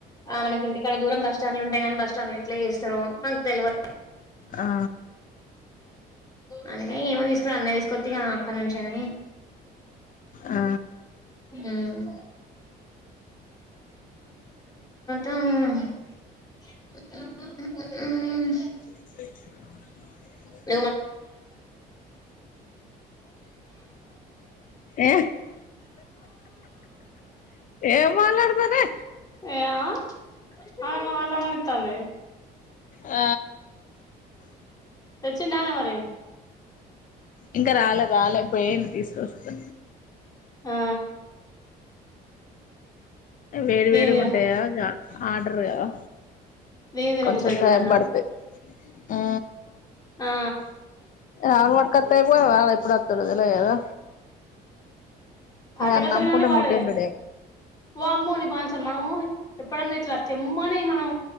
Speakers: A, on the left; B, on the left.
A: ఆ మనకి ఇంటికాడ దూరం బస్టాండ్ ఉంటాయి కాని బస్ స్టాండ్ ఎట్లా చేస్తారో మాకు తెల్వదు
B: ఆ
A: అందుకని ఏమో తీసుకుర అన్నయ్య తీసుకొత్తే ఇగ అక్కడి నుంచే కాని
B: ఆ
A: ఊ <unintelligible> ఉ ఉ ఉ ఉహ్
B: <inaudible>
A: <inaudible> <unintelligible> <unintelligible>
B: ఏ ఏం మాట్లాడతానే
A: ఏమో ఆ వాళ్ళు రవ్వ అందితాంది
B: ఆ
A: తెచ్చిండా ఆనా మరి
B: ఇంకా రాలే రాలే పోయిండు తీసుకొస్తా
A: ఆ
B: వేడి
A: దీని
B: వేడి
A: తిన
B: గుంటయా ఆర్డర్ కదా
A: దీని తిన
B: కొంచం
A: బుద్ధయితుందట
B: టైమ్ పడతాది ఊ
A: ఆ
B: ఆ <unintelligible> ఎప్పుడు వత్తడో తెల్వదు కదా
A: పట్టుకాత్తాడు
B: ఇగ అన్ని అమ్ముకుంటే
A: కాని వాడు
B: ముడ్డెండుడే
A: వామ్మో నిబంచన్ మనము ఎప్పుడన్నా ఇట్లా తెమ్మని మనం